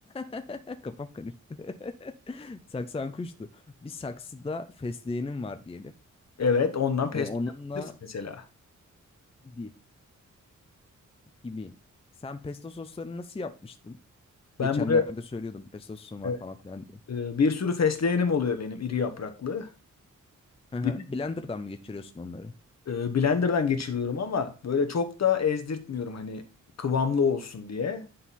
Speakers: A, on the left; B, on the left.
A: <laughs> Kafam karıştı. <laughs> Saksağın kuştu. Bir saksıda fesleğenim var diyelim
B: Evet ondan pesto
A: ve onunla
B: yapabilirsin mesela.
A: gibi gibi. Sen pesto soslarını nasıl yapmıştın? Geçenlerde
B: Ben buraya
A: söylüyordum pesto sosum var
B: evet,
A: falan filan diye.
B: e, bir sürü fesleğenim oluyor benim iri yapraklı.
A: Hı hı.
B: Bir
A: Blender'dan mı geçiriyorsun onları?
B: de, e, blenderdan geçiriyorum ama böyle çok da ezdirtmiyorum hani kıvamlı olsun diye.